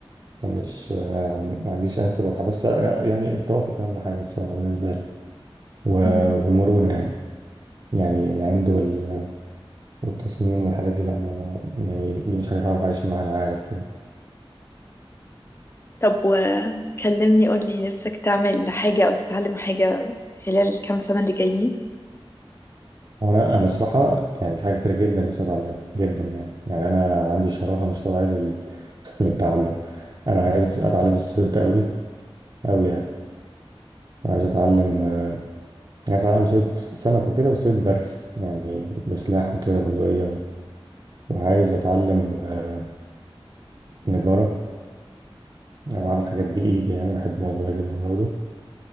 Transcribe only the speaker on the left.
مهم.
طب وكلمني قولي نفسك تعمل حاجة أو تتعلم حاجة خلال الكام سنة اللي جايين